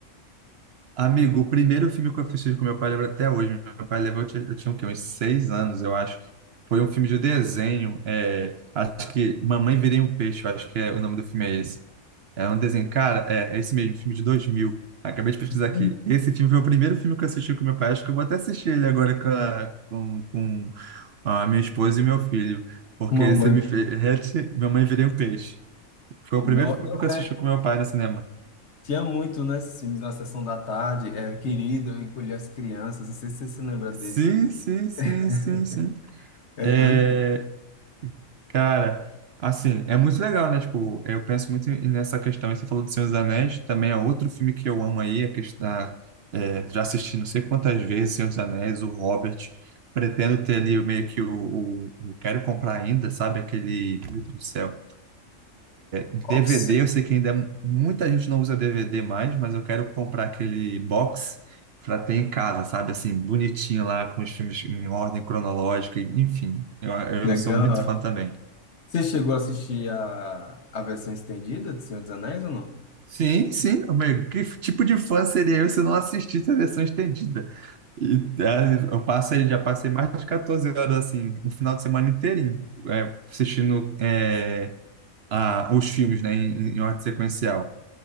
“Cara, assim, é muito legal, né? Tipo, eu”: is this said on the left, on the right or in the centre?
Right